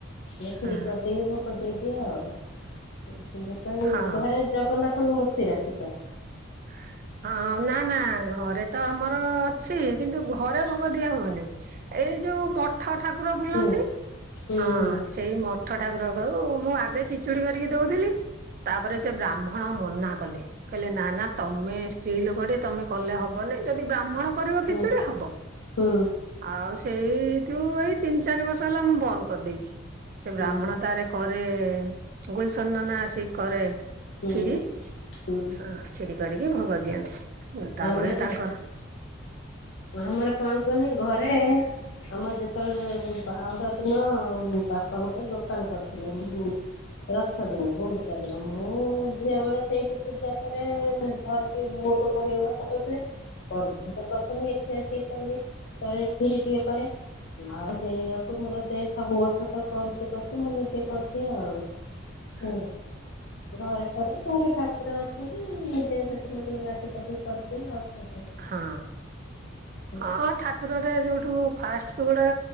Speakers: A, on the left (about 60°); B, on the right (about 45°).
A: ସେ କ୍ଷୀରି
B: ହଁ
A: କରିଦେଇକି ଭୋଗ ଦେଇଦିଏ ଆଉ <inaudible>
B: ହଁ
A: ଘରେ ଜଗନ୍ନାଥଙ୍କ ମୂର୍ତ୍ତି ରଖିଚ?
B: <unintelligible> ହଁ, ହଁ ନା ନା ଘରେ ତ ଆମର ଅଛି କିନ୍ତୁ ଘରେ ଭୋଗ ଦିଆ ହୁଏନି। ଏଇ ଯୋଉ ମଠ ଠାକୁର ବୁଲନ୍ତି
A: ହୁଁ ହୁଁ
B: ହଁ
A: ହୁଁ
B: ସେଇ ମଠ ଠାକୁରକୁ, ମୁଁ ଆଗେ ଖିଚୁଡି କରିକି ଦଉଥିଲି। ତାପରେ ସେ ବ୍ରାହ୍ମ ହଣ ମନା କଲେ, କହିଲେ ନା ନା ତୋମେ ସ୍ତ୍ରୀ ଲୋକ ଟେ ତୋମେ କଲେ ହବ ନାଇଁ। ଯଦି ବ୍ରାହ୍ମଣ କରିବ
A: ହୁଁ
B: ଖିଚୁଡି ହବ।
A: ହୁଁ
B: ଆଉ ସେଇଠୁ ଏଇ ତିନି ଚାରି ବର୍ଷ ହେଲା ମୁଁ ବନ୍ଦ କରିଦେଇଛି। ସେ ବ୍ରାହ୍ମଣ
A: ହୁଁ ହୁଁ
B: ତାର କରେ ଗୁଲସନ ନନା ଆସି କରେ
A: ହୁଁ
B: ଖିରି
A: ହୁଁ
B: ହଁ। କ୍ଷୀରି କରିକି ଭୋଗ ଦିଅନ୍ତି। ଉଁ, ତାପରେ
A: ଆମେ
B: ତାଙ୍କର
A: ଆମର କଣ କୁହନି ଘରେ ଆମ ଯେତେବେଳେ ଯେ ବାହୁଡ଼ା ଦିନ ବୁ-ବାପା ଗୋଟେ ଦୋକାନ କରିଥିଲେ। <inaudible> ରଥ ଦିନ, ଗୁଣ୍ଡିଚା ଦିନ ମୁଁ ଝିଅବେଳେ ସେଇଠି ପୂଜା କରେ, ଘରେ ଟିକେ ମୁଁ ତ କରିହେବନି ନକହିଥିଲେ କରି <inaudible> ପୁଣି ଏଠି ଆସିକି କଲି, ଖାଲି କ୍ଷୀରି ଟିକେ କରେ। ଆଉ ସେଇଆକୁ ମୋର ଦେ ସବୁ ବର୍ଷ ତ କରୁଛି କରଛି ମୁଁ ନିଜେ କରିଛି ଆଉ।
B: ହ
A: ହୁଁ ଘର କରେ ଘର ଠାକୁର <inaudible> ସେ ନିଜେ ସେଥିରେ ଟିକେ ଗାଧେଇ ପାଦେଇ କରିଦେ ଆଉ
B: ହଁ
A: କରିବି।
B: ହଁ ଠାକୁରରେ ଯୋଉଠୁ ଫାଷ୍ଟ ଗୋଟେ